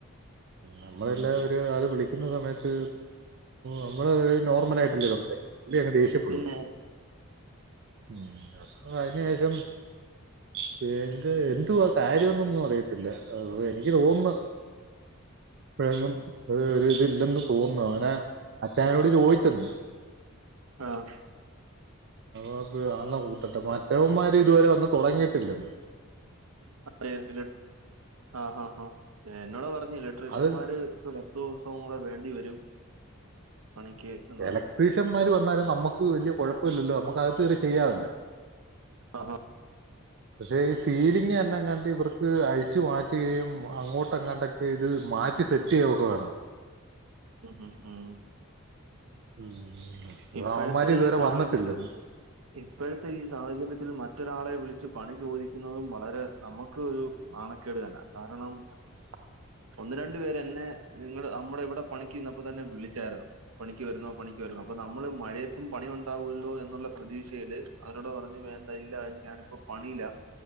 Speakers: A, on the right; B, on the right.
A: നമ്മളെല്ലാം
B: ഉം.
A: ഒരാൾ വിളിക്കു ന്ന സമയത്ത് നമ്മള് നോർമൽ ആയിട്ടല്ലേ സംസാരിക്കു. പുള്ളി അങ്ങ് ദേഷ്യപ്പെടും.
B: പിന്നെ.
A: ഉം എക അയിനു ശേഷം, <unintelligible> എന്തുവാ കാര്യമന്നൊന്നും അറിയത്തില്ല. എനിക്ക് തോന്നുന്നു എങ്ങും ഒരു ഇതില്ലെന്ന് തോന്നുന്നു. അങ്ങനെ അച്ചായനോട് ചോദിച്ചെന്ന്.
B: ആഹ
A: അ പ ആളാം കൂട്ടട്ടെ. മറ്റവന്മാര് ഇതുവരെ വന്ന് തുടങ്ങിയിട്ടില്ലന്ന്.
B: <unintelligible> ആഹ ഹ എന്നോട് പറഞ്ഞു ഇലക്ട്രീഷ്യന്മാര്
A: അത്
B: <unintelligible> ഒരു ദിവസവും കൂടെ വേണ്ടിവരും പണിക്ക്. എന്ന്
A: എലക്ട്രീഷ്യന്മാര്
B: പറഞ്ഞു
A: വന്നാലും നമുക്ക് വല്യ കുഴപ്പ ഇല്ലല്ലോ. നമുക്ക് അകത്ത് കേറി ചെയ്യാമല്ലോ.
B: ആഹ
A: <inaudible> പക്ഷെ ഈ സീലിംഗ ന്നെങ്ങാണ്ട് ഇവർക്ക് അഴിച്ചു മാറ്റുകയും, അങ്ങോട്ടെ ങ്ങാണ്ടൊക്കെ ഇത് മാറ്റി സെറ്റ് റ്റെയും <unintelligible>
B: ഉ ഉം ഉം.
A: ഉം
B: ഇപ്പോഴത്തെ
A: അവന്മാര് ഇതുവരെ
B: ഈ സാഹചര്യം
A: വന്നിട്ടില്ലെന്ന്
B: ഇപ്പോഴത്തെ ഈ സാഹചര്യത്തിൽ മറ്റൊരാളെ വിളിച്ച് പണി ചോദിക്കുന്നതും, വളരെ നമുക്ക് ഒരു നാണക്കേട് തന്നാ. കാരണം
A: <inaudible>
B: ഒന്ന് രണ്ടു പേര് എന്നെ നിങ്ങ നമ്മുടെ ഇവിടെ പണിക്ക് നിന്നപ്പോ തന്നെ വിളിച്ചായിരുന്നു പണിക്ക് വരുന്നോ പണിക്ക് വരുന്നോ പ്പോ നമ്മള് മഴയത്തും പണിയുണ്ടാവല്ലോ എന്നുള്ള പ്രതീക്ഷയില് അവരോട് പറഞ്ഞു വേണ്ട ഇല്ല ഞാനിപ്പം പണില്ല